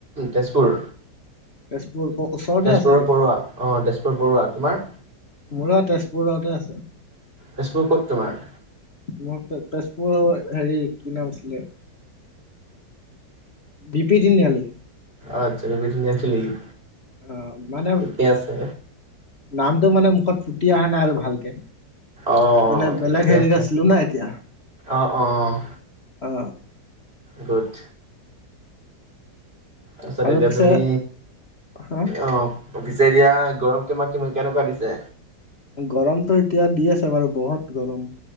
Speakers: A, on the right (about 30°); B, on the left (about 35°).
A: তেজপুৰ
B: তেজপুৰ ওচৰতে
A: তেজপুৰৰ
B: আছে দেখোন
A: পৰুৱা। অ, তেজপুৰ বৰুৱা তোমাৰ?
B: মোৰ তেজপুৰতে আছে।
A: তেজপুৰৰ ক'ত তোমাৰ?
B: মোৰ তেজ - তেজপুৰৰ হেৰি কি নাম আছিলে বি পি তিনিয়াআলি।
A: আচ্ছা <unintelligible>
B: অ মানে
A: ঠিকে আছে
B: নামটো মানে মুখত ফুটি অহা নাই আৰু ভালকে
A: অ
B: মানে
A: ঠিকে
B: বেলেগ হেৰিত
A: আছে
B: আছিলো না এতিয়া।
A: অ অ
B: অ
A: গুদ। আচ্ছা
B: আৰু
A: তেতিয়া
B: পিছে
A: তুমি
B: হা
A: অ। পিছে এতিয়া গৰম কিমা কিমি কেনেকুৱা দিছে?
B: গৰমতো এতিয়া দি আছে বাৰু বহত গৰম।